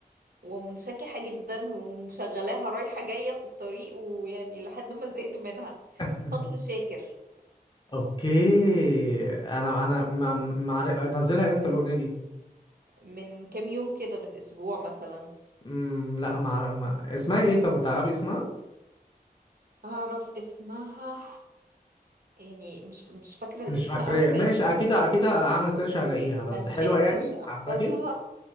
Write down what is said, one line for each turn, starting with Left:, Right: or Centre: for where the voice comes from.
Right: ومنشكحة جدا ومشغلاها رايحة جاية في الطريق ويعني لحد ما زهقت منها
Left: <laughs>
Right: فضل شاكر
Left: اوكي انا انا ما ما عارف- انزلها امتى الاغنية دي؟
Right: من كام يوم كده من اسبوع مثلا
Left: مم. لا ما, عارف- ما اسمها ايه طب تعرفي اسمها؟
Right: اعرف اسمها يعني مش مش فاكرة
Left: مش
Right: الاسم
Left: فاكراه
Right: قوي لاني
Left: ماشي اكيد اكيد
Right: مل-
Left: هعمل سيرش هلاقيها بس
Right: ملحقتش
Left: حلوة يعني
Right: احفظها
Left: عجباكي؟